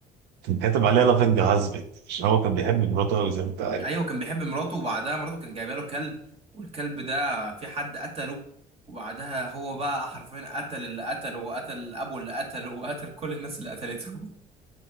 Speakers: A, on the right; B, on the right.
A: كان كاتب عليها لافينج هازبت عشان هو كان بيحب مراته قوي زي ما انت عارف
B: ايوه كان بيحب مراته وبعدها مراته كان جايبه له كلب والكلب ده في حد قتله وبعدها هو بقى حرفيا قتل اللي قتله وقتل ابو اللي قتله وقتل كل الناس اللي قتلته